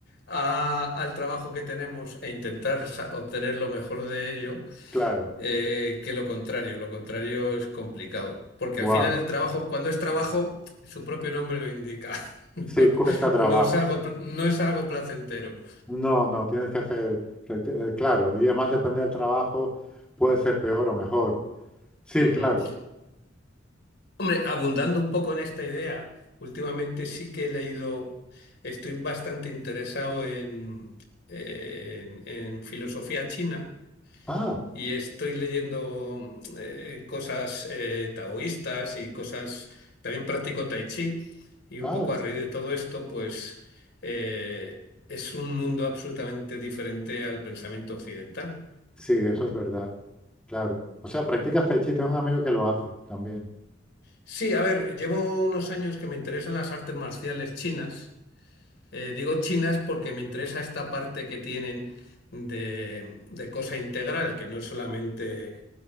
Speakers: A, on the left; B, in the centre.
A: a- al trabajo que tenemos e intentar sa- obtener lo mejor de ello
B: Claro.
A: eh, que lo contrario. Lo contrario es complicado, porque
B: Buah.
A: al final el trabajo, cuando es trabajo, su propio nombre lo indica. <laughs> No,
B: Sí, cuesta trabajo.
A: no es algo,
B: claro.
A: pl- no es algo placentero.
B: No, no, tienes que hacer, eh, eh, claro, y además depende del trabajo, puede ser peor o mejor. Sí,
A: Ujú.
B: claro.
A: Hombre, abundando un poco en esta idea, últimamente sí que he leído, estoy bastante interesado en, en- en filosofía china
B: Ah,
A: y estoy leyendo eh, cosas eh, taoístas y cosas, también practico tai chi y un
B: ah,
A: poco a
B: c-
A: raíz de todo esto, pues eh, es un mundo absolutamente diferente al pensamiento occidental.
B: sí, eso es verdad. Claro. O sea, practicas tai chi, tengo un amigo que lo hace también.
A: Sí, a ver, llevo unos años que me interesan las artes marciales chinas. Eh, digo chinas porque me interesa esta parte que tienen de, de cosa integral, que no es solamente